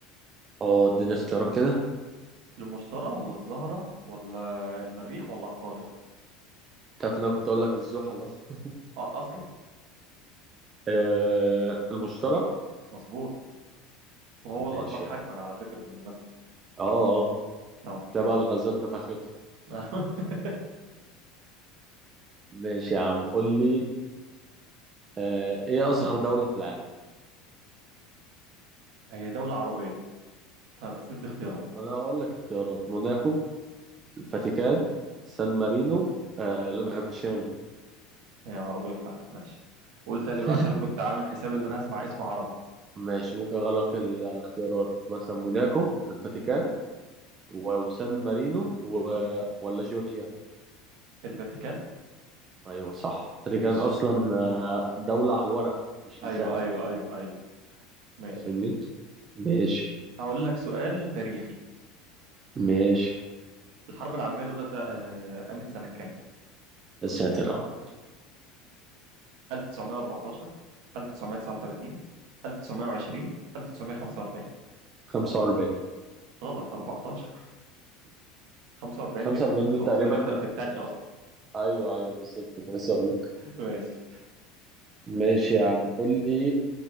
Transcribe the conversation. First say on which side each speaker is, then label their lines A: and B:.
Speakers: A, on the right; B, on the right.
A: اه اديني اختيارات كده
B: المشتري ولا الزهرة ولا المريخ ولا عطارد
A: تعرف ان انا كنت اقول لك الزوحل اصلا
B: اه اصلا
A: آه المشترى
B: مظبوط وهو الاكبر
A: ماشي
B: حجما
A: يا عم
B: على فكرة بالمناسبة
A: اه اه
B: اه
A: تلاقي
B: ماشي
A: بقى الغازات نفختها
B: <laughs>
A: ماشي يا عم قول لي آه ايه اصغر دولة في العالم
B: هي دولة عربية فبس ادي اختيارات
A: انا هقول لك اختيارات موناكو الفاتيكان سان مارينو آه لانغتشاين
B: هي عربية فعلا ماشي قول تاني
A: <laughs>
B: بقى عشان انا كنت عامل حساب ان انا هسمع اسم عربي
A: ماشي ممكن اغير لك الاختيارات مثلا موناكو والفاتيكان و- وسان مارينو و... ولا جورجيا
B: الفاتيكان
A: ايوه صح الفاتيكان
B: ماشي
A: اصلا آه، دولة على الورق مش
B: ايوه
A: مساحة
B: ايوه ايوه ايوه ماشي
A: فاهمني ماشي
B: هقول لك سؤال تاريخي
A: ماشي
B: الحرب العالمية الاولى تا- آه، قامت سنة كام
A: يا ساتر يا رب
B: 1914 1939 1920 1945
A: 45
B: غلط أربعة عشر. 45
A: 45
B: دي كانت خلاص
A: دي تقريبا
B: بنبدأ في التانية أصلا
A: ايوه ايوه بالظبط كنت لسه اقول
B: <laughs> ماشي
A: ماشي يا عم قول لي